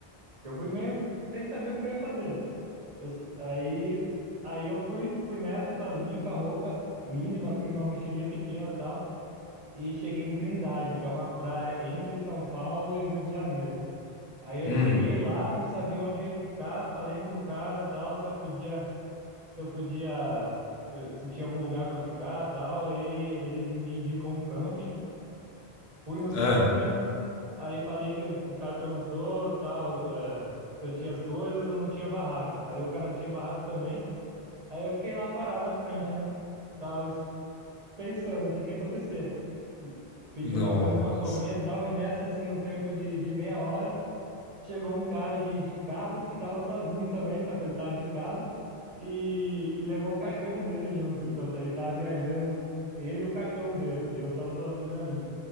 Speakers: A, on the right; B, on the left.
A: Eu fui meio sem saber o que eu ia fazer. Eu, só- aí, aí eu fui, fui nessa sozinho com a roupa mínima, assim, numa mochilinha pequena e tal. E cheguei em Trindade, que é uma praia entre São Paulo e Rio de Janeiro. Aí eu
B: Hum.
A: cheguei lá, não sabia onde ia ficar, falei com um cara tal, se eu podia se eu podia, se tinha algum lugar para ficar, tal, aí ele me indicou um camping, fui no
B: Ah.
A: camping, aí falei que o cara perguntou, tal, é, se eu tinha as coisas, eu não tinha barraca. Aí o cara não tinha barraca também, aí eu fiquei lá parado na frente, né? Tal, es- pensando o que que ia acontecer. Pedi
B: Nossa.
A: umas coisas para comer, tal, e nessa assim, um tempo de, de meia hora, chegou um cara de, de carro que tava sozinho também, só que ele tava de carro. e, e levou o cachorro dele junto. Então tá- ele tava viajando, ele e o cachorro dele, e eu tava sozinho na minha.